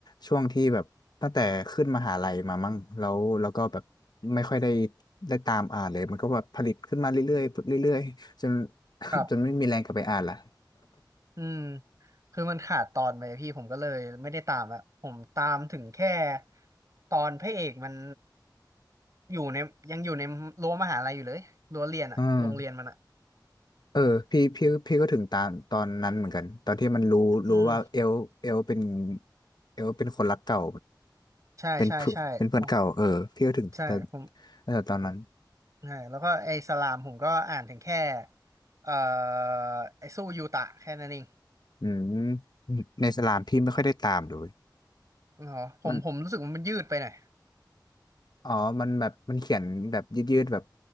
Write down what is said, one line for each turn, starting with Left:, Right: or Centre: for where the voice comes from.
Left: ช่วงที่แบบตั้งแต่ขึ้นมหาลัยมามั้งแล้วแล้วก็แบบไม่ค่อยได้ได้ตามอ่านเลยมันก็แบบผลิตขึ้นมาเรื่อยๆเรื่อยๆจน <laughs>
Right: ครับ
Left: จนไม่มีแรงกลับไปอ่านละ
Right: อืมคือมันขาดตอนไปพี่ผมก็เลยไม่ได้ตามละผมตามถึงแค่ตอนพระเอกมันอยู่ในยังอยู่ในรั้วมหาลัยอยู่เลยรั้วเรียนอ่ะโรงเรียนมันอ่ะ
Left: <laughs> อืมเออพี่พี่พี่ก็ถึงตามตอนนั้นเหมือนกันตอนที่มันรู้รู้ว่าเอลเอลเป็น
Right: อืม
Left: เอลเป็นคนรักเก่า
Right: ใช่ใช่ใช่ผม
Left: เป็นเพื่อนเป็นเพื่อนเก่าเออพี่ก็ถึงตอน
Right: ใช่ผม
Left: เออตอนนั้น
Right: ใช่แล้วก็ไอ้สลามผมก็อ่านถึงแค่เอ่อไอ้สู้ยูตะแค่นั้นเอง
Left: อืมในสลามพี่ไม่ค่อยได้ตามเลย
Right: อ๋อผมผมรู้สึกว่ามันยืดไปหน่อย
Left: มันอ๋อมันแบบมันเขียนแบบยืดๆแบบ